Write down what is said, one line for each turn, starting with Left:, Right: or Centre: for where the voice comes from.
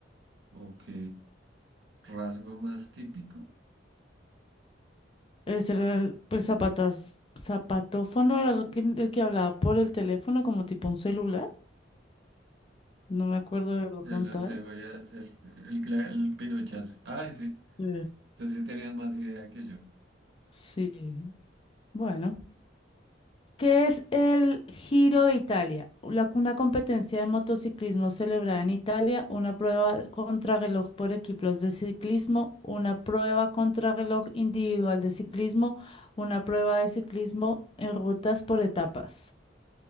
Right: Ok, rasgo más típico,
Left: Ese era el, pues zapatas, zapatófono era el que, el que hablaba por el teléfono como tipo un celular. No me acuerdo de verlo
Right: ya
Left: cantar.
Right: lo sé, voy a hacer el, cla- el pinochazo. Ay, sí,
Left: Sí.
Right: entonces sí tenías más idea que yo.
Left: Sí. Bueno. ¿Qué es el Giro de Italia? La- una competencia de motociclismo celebrada en Italia, una prueba contrarreloj por equipos de ciclismo, una prueba contrarreloj individual de ciclismo, una prueba de ciclismo en rutas por etapas.